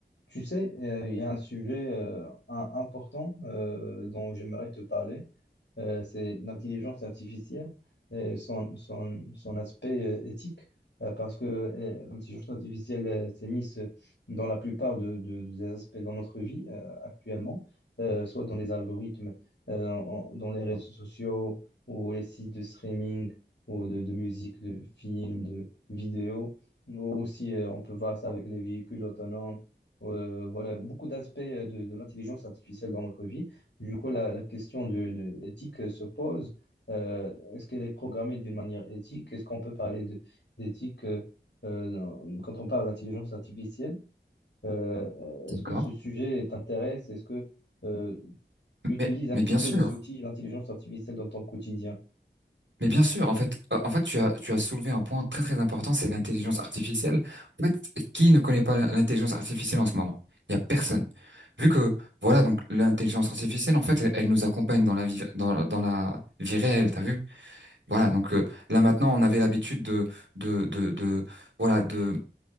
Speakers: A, on the left; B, on the right.
A: Tu sais, euh, il y a un sujet euh, un- important euh, dont j'aimerais te parler, euh, c'est l'intelligence artificielle et son, son, son aspect euh, éthique, euh, parce que euh, l'intelligence artificielle euh, s'est mise dans la plupart de, de- des aspects dans notre vie euh, actuellement, euh, soit dans les algorithmes, euh, en- en- dans les réseaux sociaux ou les sites de streaming ou de, de musique, de films, de vidéos. Nous aussi, euh, on peut voir ça avec les véhicules autonomes euh, voilà, beaucoup d'aspects euh, de, de l'intelligence artificielle dans notre vie. Du coup, la, la question de, de éthique euh, se pose. Euh, est-ce qu'elle est programmée d'une manière éthique? Est-ce qu'on peut parler de- d'éthique euh, euh, dans- quand on parle d'intelligence artificielle? Euh, euh,
B: D'accord.
A: est-ce que ce sujet t'intéresse? Est-ce que euh, tu utilises
B: Mais,
A: un
B: mais
A: petit
B: bien
A: peu
B: sûr,
A: des outils d'intelligence artificielle dans ton quotidien?
B: mais bien sûr, en fait, euh, en fait, tu as, tu as soulevé un point très très important, c'est l'intelligence artificielle. En fait, qui ne connaît pas l'in- l'intelligence artificielle en ce moment? Il y a personne. Vu que, voilà, donc l'intelligence artificielle, en fait, elle, elle nous accompagne dans la vie, dans, dans la vie réelle, t'as vu? Voilà, donc euh, là maintenant, on avait l'habitude de, de, de, de, voilà, de